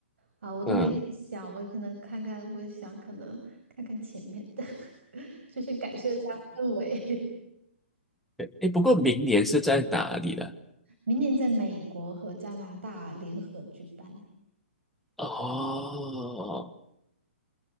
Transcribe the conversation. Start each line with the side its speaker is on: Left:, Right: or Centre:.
Right: 啊！我都没看想，
Centre: 嗯，
Right: 我可能看看，我想可能看看前面的，<laughs> 就是感受一下氛围。
Centre: 哎，不过明年是在哪里呢？
Right: <laughs> 明年在美国和加拿大联合举办，
Centre: 哦，